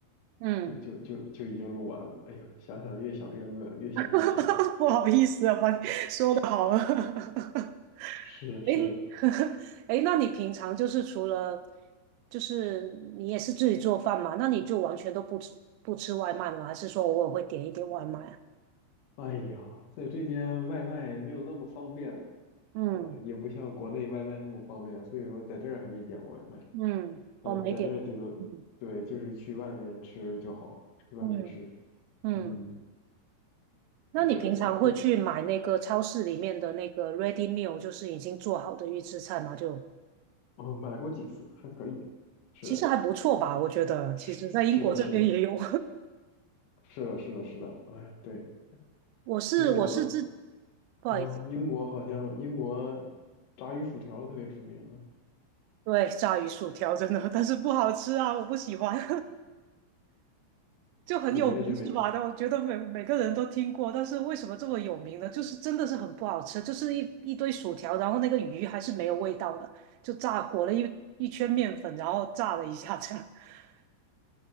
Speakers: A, on the right; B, on the left.
A: 嗯，
B: 就就就就已经卤完了。哎呦，想想越想越饿，越想越香。
A: <laughs> 不好意思啊，把你说的好了。<laughs>
B: 是的，是的。
A: 诶，<laughs> 诶，那你平常就是除了，就是你也是自己做饭嘛？那你就完全都不吃不吃外卖吗？还是说偶尔会点一点外卖啊？
B: 哎呀，在这边外卖没有那么方便呢，
A: 嗯
B: 是吧？也不像国内外卖那么方便，所以说在这儿还没点过外卖。
A: 嗯，我没点。
B: 呃，在这儿顶多对，
A: 嗯
B: 就是去外面吃就好了，去外面吃。
A: 嗯嗯，
B: 嗯，
A: 那你平常会去买那个超市里面的那个
B: 对，不，
A: ready meal，就是已经做好的预制菜吗？就
B: 哦，买过几次还可以。是的。
A: 其实还不错吧，我觉得。
B: 是是的，
A: 其实，在英国这边也有。
B: 是的，是的，是的，是的，哎，对，
A: <laughs> 我是我是自，
B: 英国
A: 不好意思。
B: 啊，英国好像英国炸鱼薯条特别出名哈，
A: 对，炸鱼薯条真的，但是不好吃啊，我不喜欢，<laughs> 就很有名是吧？
B: 别的就没，
A: 但我觉得每每个人都听过，但是为什么这么有名呢？就是真的是很不好吃，就是一一堆薯条，然后那个鱼还是没有味道的，就炸裹了一一圈面粉，然后炸了一下这样。<laughs>